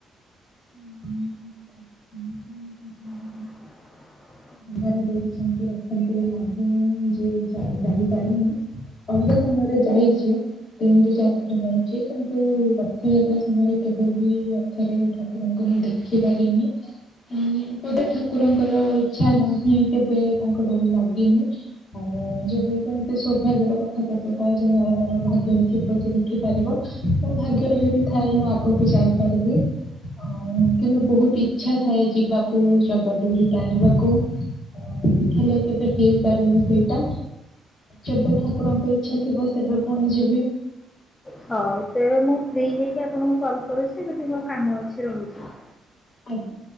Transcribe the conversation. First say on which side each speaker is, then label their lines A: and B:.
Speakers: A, on the left (about 60°); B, on the left (about 25°).
A: <unintelligible> ହୁଁ ହୁଁ।
B: <inaudible>
A: ଜଗାର ଡୋରି ସେମିତି ରଥରେ କେବେ ଲାଗିନି ଯେ ଯାଇପାରିନି। ଅଲଗା ସମୟରେ ଯାଇଛି। ତିନିରୁ ଚାରି ଥର ଯାଇଚି କିନ୍ତୁ ରଥଯାତ୍ରା ସମୟରେ କେବେବି ରଥରେ ଠା କୁରଙ୍କୁ ମୁଁ ଦେଖି ପାରିନି। ଉଁ ପଦ ଠାକୁରଙ୍କର ଇଚ୍ଛା ନାହିଁ କେବେ ତାଙ୍କ ଡୋରି ଲାଗିନି। ଆଉ ଯେବେ ସେମିତି ସୌଭାଗ୍ୟର କଥା ତ ସେଇଟା ଯାହା ଭାଗ୍ୟରେ ଥିବ ଯେ ଦେଖିପାରିବ। ମୋ ଭାଗ୍ୟରେ ଯଦି ଥାଏ ମୁଁ ଆଗକୁ ଯାଇପାରିବି ଆଁ ଉ କିନ୍ତୁ ବହୁତ ଇ ଚ୍ଛା ଥାଏ ଯିବାକୁ ଜଗା ଡୋରି ଟାଣିବାକୁ। ଅଁ ହେଲେ କେବେ ହେଇପାରିନି ସେଇଟା। ଯେବେ ଠାକୁରଙ୍କ ଇଚ୍ଛା ଥିବ ସେବେ ପୁଣି ଯିବି।
B: ହଉ ତେବେ ମୁଁ ଫ୍ରି ହେଇକି ଆପଣଙ୍କୁ କଲ କରୁଛି ଯଦି ମୋ କାମ ଅଛି ରହୁଚି।
A: ଆଜ୍ଞା।